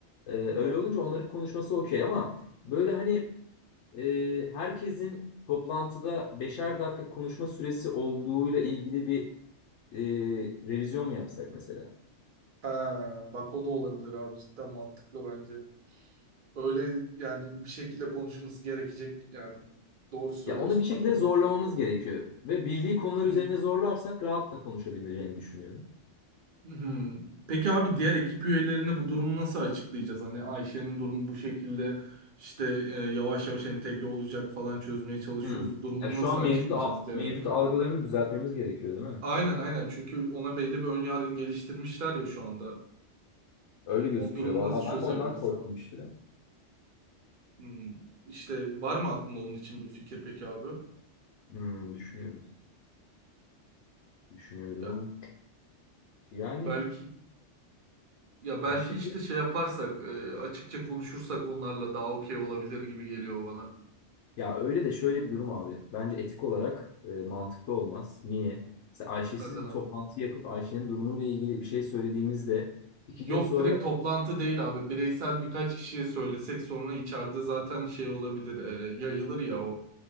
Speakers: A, on the left; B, on the right.
A: E, öyle
B: Aha.
A: olunca onların konuşması okey ama böyle hani e, herkesin toplantıda beşer dakika konuşma süresi olduğuyla ilgili bir e, revizyon mu yapsak mesela?
B: Ha, bak o da olabilir abi. Cidden mantıklı bence. Öyle yani bir şekilde konuşması gerekecek yani. Doğru söylüyorsun.
A: Ya onu bir şekilde
B: Bak o
A: zorlamamız
B: da olabilir.
A: gerekiyor ve bildiği konular
B: Hı.
A: üzerine zorlarsak rahatla konuşabileceğini düşünüyorum.
B: Hmm. Peki abi diğer ekip üyelerine bu durumu nasıl açıklayacağız? Hani Ayşe'nin durumu bu şekilde işte e, yavaş yavaş entegre olacak falan çözmeye çalışıyoruz.
A: Hmm.
B: Durumunu
A: Ya şu
B: nasıl
A: an
B: açıklayacağız
A: mevcut al-
B: diğer
A: mevcut
B: ekip üyelerine?
A: algılarını düzeltmemiz gerekiyor değil mi?
B: Aynen aynen çünkü ona belli bir ön yargı geliştirmişler ya şu anda.
A: Öyle gözüküyor.
B: O durumu
A: Vallahi
B: nasıl çözebiliriz
A: ben de ondan korktum
B: abi?
A: işte.
B: Hmm. İşte var mı aklında onun için bir fikir peki abi?
A: Hmm, düşünüyorum. Düşünüyorum.
B: Ya
A: Yani
B: belki ya belki
A: ya şey
B: işte şey yaparsak e, açıkça konuşursak onlarla daha okey olabilir gibi geliyor bana.
A: ya öyle de şöyle bir durum abi. Bence etik olarak e, mantıklı olmaz. Niye? Mesela Ayşe'siz
B: Neden
A: bir
B: abi?
A: toplantı yapıp Ayşe'nin durumuyla ilgili bir şey söylediğimizde
B: Yok
A: iki gün sonra
B: direkt toplantı değil abi. Bireysel birkaç kişiye söylesek sonra içeride zaten şey olabilir. e, yayılır ya o.